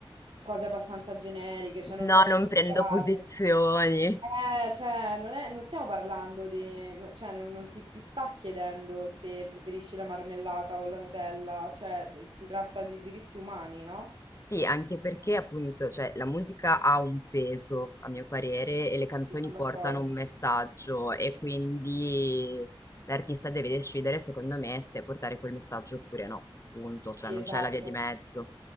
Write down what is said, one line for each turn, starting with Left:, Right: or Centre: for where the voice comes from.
Right: cose abbastanza generiche, cioè non
Left: No,
Right: troppo
Left: non
Right: spiegate.
Left: prendo posizioni.
Right: Eh, cioè, non è- non stiamo parlando di... no- cioè, non, non ti si sta chiedendo se preferisci la marmellata o la Nutella, cioè, eh, si tratta di diritti umani, no?
Left: Sì, anche perché appunto, cioè, la musica ha un peso, a mio parere, e le canzoni
Right: Mi sono
Left: portano
Right: d'accordo.
Left: un messaggio e quindi l'artista deve decidere, secondo me, se portare quel messaggio oppure no. Punto,
Right: Sì,
Left: cioè non
Right: esatto.
Left: c'è la via di mezzo.